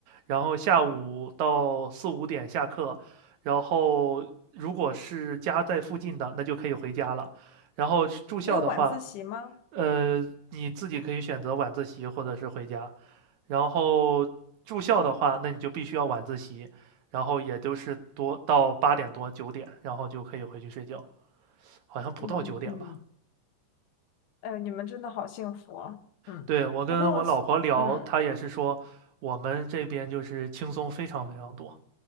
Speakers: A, on the right; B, on the left.
A: 然后下午到四五点下课，然后如果是家在附近的，那就可以回家了。然后住校的话，
B: 没有晚自习吗？
A: 呃，你自己可以选择晚自习或者是回家。然后住校的话，那你就必须要晚自习。然后也就是多到八点多九点，然后就可以回去睡觉，好像不到九点吧。
B: 嗯嗯嗯，哎，你们真的好幸福啊嗯，
A: 对，我跟我老婆聊，
B: 不过，嗯，
A: 她也是说我们这边就是轻松非常非常多。